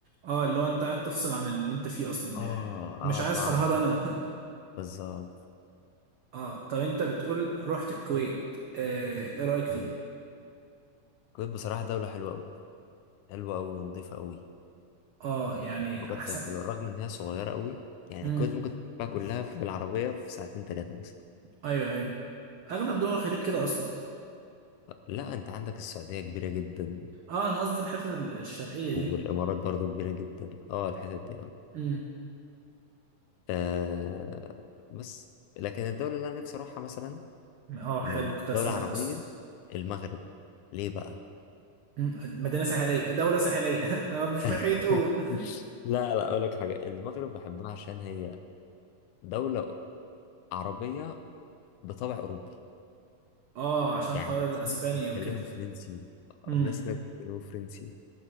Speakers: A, on the right; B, on the left.
A: اه اللي هو انت قاعد تفصل عن اللي انت فيه اصلا
B: اه
A: يعني مش عايز
B: اه بعمل
A: فرهدة انا
B: بالظبط
A: <laughs> اه طب انت بتقول رحت الكويت آه ايه رأيك فيها
B: آه. الكويت بصراحة دولة حلوة أوي حلوة أوي ونضيفة أوي
A: اه يعني
B: الخروجات
A: احسن
B: فيها حلوة رغم إن هي صغيرة أوي يعني
A: امم
B: الكويت ممكن تلفها كلها بالعربية في ساعتين تلاتة مثلا
A: ايوه ايوه اغلب دول الخليج كده اصلا
B: لا أنت عندك السعودية كبيرة جدا
A: اه انا قصدي الحتة ال- الشرقية دي
B: والإمارات برضو كبيرة جدا اه الحتت دي اه
A: امم
B: آه بس لكن الدولة اللي أنا نفسي أروحها مثلا
A: اه
B: من
A: حلو كنت
B: دولة
A: اسألك
B: عربية
A: اصلا
B: المغرب ليه بقى؟
A: مم. مدينة ساحلية دولة ساحلية <laughs> آه مش
B: <laughs>
A: محتاج تقول
B: لا لا أقول لك حاجة المغرب بحبها عشان هي دولة عربية بطبع أوروبي
A: اه عشان
B: يعني
A: حوار
B: الناس
A: اسبانيا
B: هناك بيتكلموا
A: وكده
B: فرنسي
A: امم
B: الناس هناك بيتكلموا فرنسي